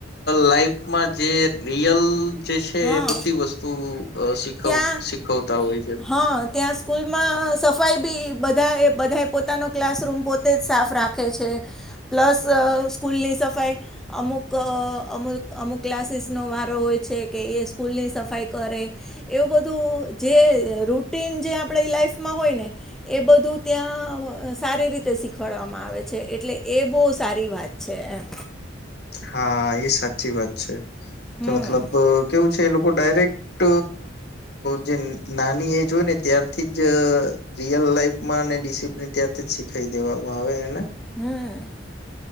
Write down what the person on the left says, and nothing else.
લાઈફ માં જે રિયલ જે છે
એ બધી વસ્તુ અ શીખવ
શીખવતા હોય છે.
<unintelligible>
હા, એ સાચી વાત છે કે
મતલબ કેવું છે એ લોકો ડાયરેક્ટ જે નાની એજ હોય ને ત્યારથી જ રિયલ લાઈફમાં ડિસિપ્લિન ત્યાંથી જ શીખાઈ દેવામાં આવે એને